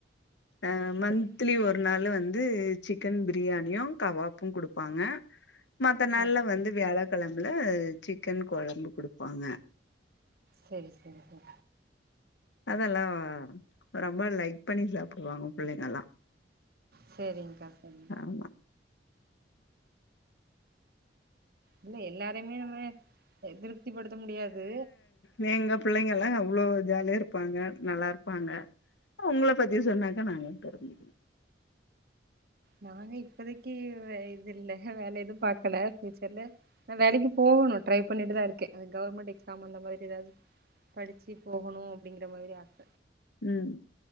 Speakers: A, on the left; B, on the right.
A: ஆ மந்த்த்லி
B: சரி
A: ஒரு ஒரு நாள் வந்து சிக்கன் பிரியாணியும் கபாப்பும் கொடுப்பாங்க மத்த நாள்ல
B: ஆ
A: வந்து வியாழக்கிழம்பல சிக்கன் குழம்பு குடுப்பாங்க
B: சரி சரி சரி
A: அதெல்லா ரொம்ப லைக் பண்ணி சாப்பிடுவாங்க பிள்ளைங்கல்லா
B: சரிங்க்கா சரி
A: ஆமா
B: இல்ல எல்லாரையுமே நம்ம திருப்தி படுத்த முடியாது
A: நீங்க பிள்ளைங்க எல்லா அவ்வளவு ஜாலியா இருப்பாங்க நல்லா இருப்பாங்க ஆ உங்கள பத்தி சொன்னாக்கா நாங்க தெரிஞ்
B: நானே இப்பதைக்கு இது இல்ல வேல எதுவும் பாக்கல பஃயூச்சர்ல நா வேலைக்கு போகணும் ட்ரை பண்ணிட்டுத இருக்கே அது கவர்மெண்ட் எக்ஸாம் அந்த மாதிரி ஏதாவது படிச்சு போகணும் அப்படிங்கிற மாதிரி ஆச
A: உம்